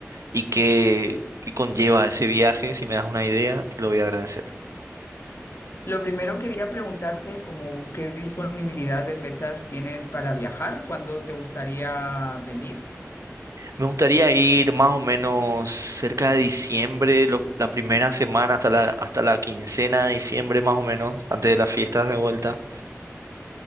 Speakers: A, on the right; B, on the left.
A: y qué, qué conlleva ese viaje. Si me das una idea, te lo voy a agradecer.
B: Lo primero quería preguntarte como qué disponibilidad de fechas tienes para viajar, cuándo te gustaría venir.
A: Me gustaría ir más o menos cerca de diciembre, los- la primera semana hasta la, hasta la quincena de diciembre más o menos, antes de las fiestas de vuelta.